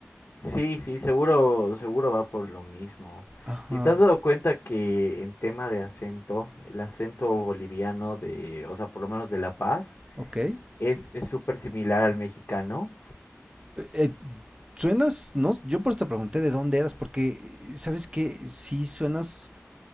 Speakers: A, on the left; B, on the right.
A: Sí, sí, seguro, seguro va por lo mismo.
B: ajá,
A: ¿Y te has dado cuenta que en tema de acento, el acento boliviano de, o sea, por lo menos de La Paz,
B: ok. Eh,
A: es es súper similar al mexicano?
B: eh, suenas, no, yo por eso te pregunté de dónde eras, porque eh, sabes que sí suenas,